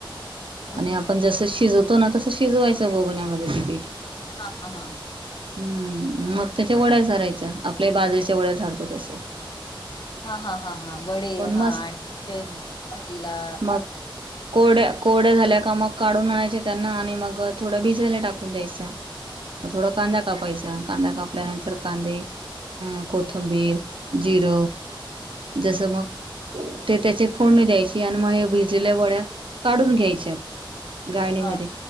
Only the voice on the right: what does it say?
<unintelligible>
आणि
आपण
जसं शिजवतो ना तसं शिजवायचं बगवन्यामध्ये ते पीठ.
हम्म मग त्याच्या वड्या सारायच्या आपल्या बाजरीेच्या वड्या सारतो तस
पण
मस्त
हा
मग कोरड्या कोरड्या झाल्या का मग काढून आणायच्या त्यांना आणि मग थोडं भिजायला टाकून द्यायच. मग थोडा कांदा कापायचा, कांदा कापल्यानंतर कांदे ह कोथंबीर जिर जसं मग ते त्याचे फोडणी द्यायची आणि मग ह्या भिजलेल्या वड्या काढून घ्यायच्या. गायण्यामध्ये